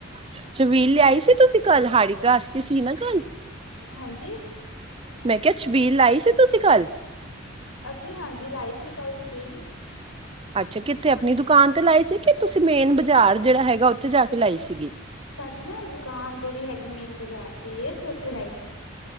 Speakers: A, on the right (about 25°); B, on the left (about 75°).
A: ਸ਼ਬੀਲ ਲਿਆਈ ਸੀ ਤੁਸੀਂ ਕੱਲ੍ਹ ਹਾੜੀ ਕਾਸਤੀ ਸੀ ਨਾ ਕੱਲ੍ਹ।
B: ਹਾਂਜੀ।
A: ਮੈਂ ਕਿਹਾ ਛਬੀਲ ਲਾਈ ਸੀ ਤੁਸੀਂ ਕੱਲ੍ਹ।
B: ਅਸੀਂ ਹਾਂਜੀ ਲਾਈ ਸੀ ਕੱਲ੍ਹ ਛਬੀਲ।
A: ਅੱਛਾ ਕਿੱਥੇ ਆਪਣੀ ਦੁਕਾਨ ਤੇ ਲਾਈ ਸੀ ਕਿ ਤੁਸੀਂ ਮੇਨ ਬਾਜ਼ਾਰ ਜਿਹੜਾ ਹੈਗਾ ਉੱਥੇ ਜਾ ਕੇ ਲਾਈ ਸੀਗੀ।
B: ਸਾਡੀ ਨਾ ਦੁਕਾਨ ਜਿਹੜੀ ਹੈਗੀ ਮੇਨ ਬਾਜ਼ਾਰ 'ਚ' ਹੀ ਇਹ ਅਸੀਂ ਉੱਥੇ ਲਾਈ ਸੀ‌।